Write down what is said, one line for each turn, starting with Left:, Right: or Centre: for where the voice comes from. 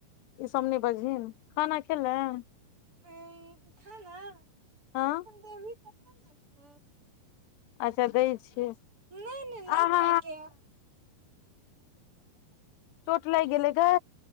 Left: ई सब नइ बजहि खाना खेलें
Right: करब खाना
Left: हँ
Right: जखन देबही तखन न खैब
Left: अच्छा दै छियै
Right: नय ने नय
Left: आहा
Right: खाय के यै
Left: चोट लाइग गेलै गे